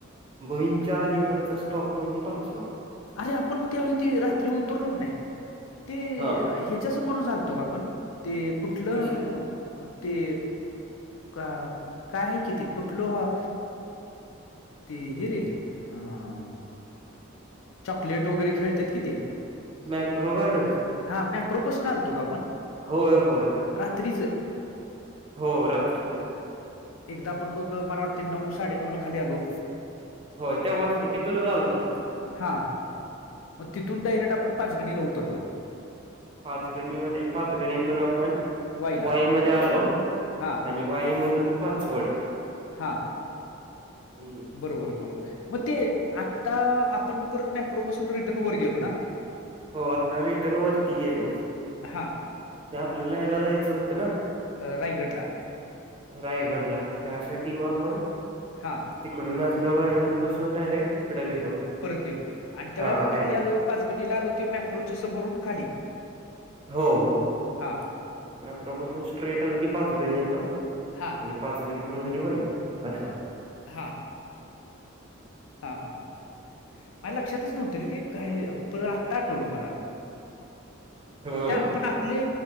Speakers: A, on the right; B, on the left.
A: भुईंगच्या अलीगडचा स्टॉप म्हणजे पाच
B: अरे आपण त्यावेळी ते रात्री उतरलो कनाही ते
A: हा
B: ह्याच्या समोरचं आलतो का आपण ते कुठलं?
A: कशा
B: ते का काय आहे कि ते कुठलं हा ते हे रे अं प्लेट वगैरे खेळत्यात कि ते
A: मॅट्रो गार्डन्स
B: हा मेट्रो पास्नं आलतो का आपण
A: होय होय
B: रात्रीचं
A: हो रात्रीच
B: एकदा आपण बघ मला वाटते नऊ साडे नऊ ला खाली आलो
A: होय तेव्हाच की तिथूनचं आलतो
B: हा मग तिथून डायरेक्ट आपण पाचगणीला उतरलो.
A: पाचगणी मध्ये पाचगणीतून आपण
B: वाईला
A: वाईमध्येध्ये आलो
B: हा
A: आणि वाई मधून पाचवड
B: हा
A: हम्म.
B: बरोबर बरोबर मग ते आता आपण परत मॅप्रो पासून रिटर्न वर गेलो ना
A: हो आता रिटर्न वरती गेलो
B: हां
A: ते आपल्याला या्यायला जायचं होतं ना
B: अ, रायगडला.
A: रायगडला त्यासाठी मग आपण
B: हा
A: तिकडून मॅप्रो गार्डन बसून डायरेक्ट इकडे गेलो
B: परत गेलो आणि त्यावेळी
A: हा
B: आपण
A: रायगड
B: खाली आलो पाच गणीला आलो ते मॅप्रोच्या समोरून खाली
A: हो हो
B: हां
A: म प्रफोशन स्ट्रेट आलं की पाच गणी येतं
B: हां
A: आणि पाच गणीतून खाली वाई असं
B: हा हा हा हा माझ लक्षातच नव्हत रे ते काही पर आत्ता आठवलो मला
A: हं.
B: त्या आपण आपले